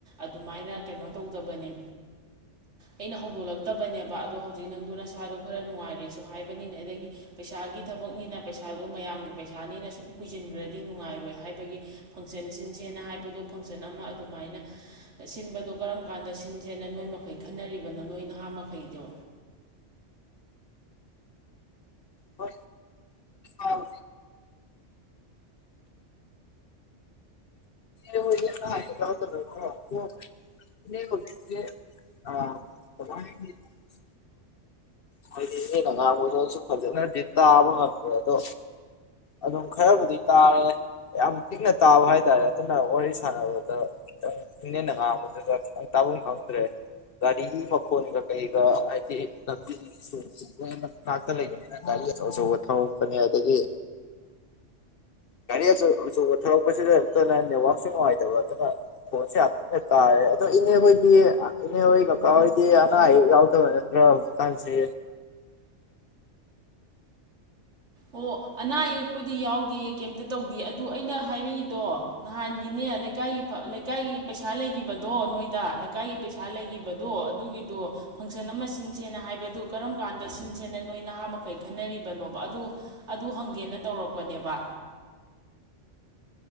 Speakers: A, on the right; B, on the left.
A: ꯑꯗꯨꯃꯥꯏꯅ ꯀꯩꯅꯣ ꯇꯧꯗꯕꯅꯤ ꯑꯩꯅ ꯍꯧꯗꯣꯛꯂꯛꯇꯕꯅꯦꯕ ꯑꯗꯣ ꯍꯧꯖꯤꯛ ꯅꯪꯗꯨ ꯅꯁꯥꯗꯣ ꯈꯔ ꯅꯨꯡꯉꯥꯏꯔꯦꯁꯨ ꯍꯥꯏꯕꯅꯤꯅꯦ ꯑꯗꯒꯤ ꯄꯩꯁꯥꯒꯤ ꯊꯕꯛꯅꯤꯅ ꯄꯩꯁꯥꯗꯨꯣ ꯃꯌꯥꯝꯒꯤ ꯄꯩꯁꯥꯅꯤꯅ ꯁꯨꯝ ꯀꯨꯏꯁꯤꯟꯈ꯭ꯔꯗꯤ ꯅꯨꯡꯉꯥꯏꯔꯣꯏ ꯍꯥꯏꯕꯒꯤ ꯐꯪꯁꯟꯁꯤꯡꯁꯦꯅ ꯍꯥꯏꯕꯗꯣ ꯐꯪꯁꯟ ꯑꯃ ꯑꯗꯨꯃꯥꯏꯅ ꯁꯤꯟꯕꯗꯣ ꯀꯔꯝ ꯀꯥꯟꯗ ꯁꯤꯟꯁꯦꯅ ꯅꯣꯏ ꯃꯈꯩ ꯈꯟꯅꯔꯤꯕꯅꯣ ꯅꯣꯏ ꯅꯍꯥ ꯃꯈꯩꯗꯣ
B: ꯍ ꯑꯥꯎ ꯑ ꯆ <unintelligible> ꯍꯥꯏꯗꯤ ꯃꯤꯩꯅ ꯉꯥꯡꯕꯗꯁꯨ ꯐꯖꯅꯗꯤ ꯇꯥꯕ ꯉꯝꯗ꯭ꯔꯦ ꯑꯗꯣ ꯑꯗꯨꯝ ꯈꯔꯕꯨꯗꯤ ꯇꯥꯔꯦ ꯌꯥꯝ ꯄꯤꯛꯅ ꯇꯥꯕ ꯍꯥꯏꯇꯥꯔꯦ ꯑꯗꯨꯝ ꯅ ꯋꯥꯔꯤ ꯁꯥꯟꯅꯕꯗ ꯈꯤꯇꯪ ꯏꯪꯅꯦꯟꯅ ꯉꯥꯡꯕꯗꯨꯗ ꯈꯤꯇꯪ ꯇꯥꯐꯝ ꯈꯪꯗ꯭ꯔꯦ ꯒꯥꯔꯤ ꯃꯈꯣꯟꯒ ꯀꯩꯒ ꯍꯥꯏꯗꯤ ꯂꯝꯕꯤ <unintelligible> ꯉꯥꯛꯇ ꯂꯩꯕꯅꯤꯅ ꯒꯥꯔꯤ ꯑꯆꯧ ꯑꯆꯧꯕ ꯊꯧꯔꯛꯄꯅꯤ ꯑꯗꯒꯤ ꯒꯥꯔꯤ ꯑꯆꯧ ꯑꯆꯧꯕ ꯊꯧꯔꯛꯄꯁꯤꯗ ꯅꯠꯇꯅꯥ ꯅ‌ꯦꯠꯋꯥꯛꯁꯨ ꯅꯨꯡꯉꯥꯏꯇꯕ ꯑꯗꯨꯅ ꯈꫭꯟꯁ‌ꯦ ꯌꯥꯝ ꯄꯤꯛꯅ ꯇꯥꯔꯦ ꯑꯗꯣ ꯏꯅꯦ ꯍꯣꯏꯗꯤ ꯏꯅꯦ ꯍꯣꯏ ꯀꯀꯥ ꯍꯣꯏꯗꯤ ꯑꯅꯥ ꯑꯌꯦꯛ ꯌꯥꯎꯗꯕ ꯅꯠ ꯇꯔꫭ ꯍꯧꯖꯤꯛꯀꯥꯟꯁꯦ
A: ꯑꯣ ꯑꯅꯥ ꯑꯌꯦꯛꯄꯨꯗꯤ ꯌꯥꯎꯗꯦ ꯀꯩꯝꯇ ꯇꯧꯗꯦ ꯑꯗꯨ ꯑꯩꯅ ꯍꯥꯏꯔꯛꯏꯗꯣ ꯅꯍꯥꯟꯒꯤꯅꯦ ꯂꯩꯀꯥꯏꯒꯤ ꯂꯩꯀꯥꯏꯒꯤ ꯄꯩꯁꯥ ꯂꯩꯈꯤꯕꯗꯣ ꯅꯣꯏꯗ ꯂꯩꯀꯥꯏꯒꯤ ꯄꯩꯁꯥ ꯂꯩꯒꯤꯈꯤꯕ ꯗꯣ ꯑꯗꯨꯒꯤꯗꯣ ꯐꯪꯁꯟ ꯑꯃ ꯁꯤꯟꯁꯦꯅ ꯍꯥꯏꯕꯗꯨ ꯀꯔꯝ ꯀꯥꯟꯗ ꯁꯤꯟꯁꯦꯅ ꯅꯣꯏ ꯅꯍꯥ ꯃꯈꯩ ꯈꯟꯅꯔꯤꯕꯅꯣꯕ ꯑꯗꯨ ꯑꯗꯨ ꯍꯪꯒꯦꯅ ꯇꯧꯔꯛꯄꯅꯦꯕ